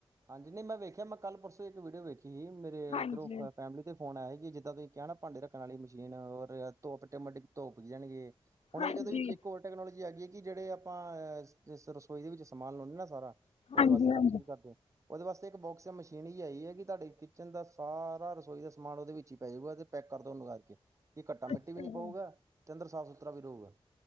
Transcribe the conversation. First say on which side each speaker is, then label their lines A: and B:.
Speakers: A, on the right; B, on the left.
A: ਹਾਂਜੀ ਨਹੀਂ ਮੈਂ ਵੇਖਿਆ ਮੈਂ ਕੱਲ ਪਰਸੋਂ ਇੱਕ ਵੀਡੀਓ ਵੇਖੀ ਸੀ ਮੇਰੇ
B: ਹਾਂਜੀ
A: ਇੱਧਰੋਂ ਫੈਮਿਲੀ ਦੇ ਫੋਨ ਆਇਆ ਕਿ ਜਿੱਦਾਂ ਤੁਸੀਂ ਕਿਹਾ ਨਾ ਭਾਂਡੇ ਰੱਖਣ ਵਾਲੀ ਮਸ਼ੀਨ ਔਰ ਆਟੋਮੈਟਿਕ ਧੁੱਪ ਜਾਣਗੇ। ਹੁਣ
B: ਹਾਂਜੀ
A: ਇਹਦੇ ਵਿੱਚ ਇੱਕ ਹੋਰ ਟੈਕਨੋਲੋਜੀ ਆ ਗਈ ਹੈ ਕਿ ਜਿਹੜੇ ਆਪਾਂ ਅਹ ਰਸੋਈ ਦੇ ਵਿੱਚ ਸਮਾਨ ਲਾਉਂਣੇ ਨਾ ਸਾਰਾ ਉਹਦੇ
B: ਹਾਂਜੀ
A: ਵਾਸਤੇ
B: ਹਾਂਜੀ
A: ਹਰ ਚੀਜ਼ ਕਰਦੇ ਆ। ਉਹਦੇ ਵਾਸਤੇ ਇੱਕ ਬੋਕਸ ਜਾਂ ਮਸ਼ੀਨ ਹੀ ਆਈ ਹੈ ਕਿ ਤੁਹਾਡੇ ਕਿਚਨ ਦਾ ਸਾਰਾ ਰਸੋਈ ਦਾ ਸਮਾਨ ਉਹਦੇ ਵਿੱਚ ਹੀ ਪੈਜੂਗਾ ਤੇ ਪੈਕ ਕਰਦੋਗਾ ਕੇ ਕਿ ਘੱਟਾ ਮਿੱਟੀ
B: ਅੱਛਾ
A: ਵੀ ਨੀ
B: ਜੀ
A: ਪਊਗਾ ਤੇ ਅੰਦਰ ਸਾਫ਼ ਸੁਥਰਾ ਵੀ ਰਹੇਗਾ।